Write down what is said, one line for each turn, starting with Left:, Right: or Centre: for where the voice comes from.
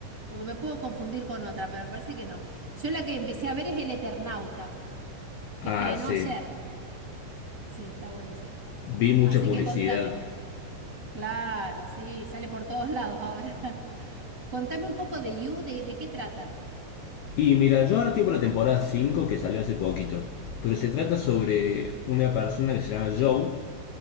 Right: porque me puedo confundir con otra, pero me parece que no. Yo la que empecé a ver es El Eternauta, que
Left: Ah,
Right: estrenó
Left: sí.
Right: ayer. Sí, está buenísima.
Left: Vi mucha
Right: Así
Left: publicidad.
Right: que contame. Claro, sí, sale por todos lados ahora. <laughs> Contame un poco de You, de, de qué trata.
Left: Y mira, yo ahora estoy por la temporada 5 que salió hace poquito. Pero se trata sobre una persona que se llama Joe,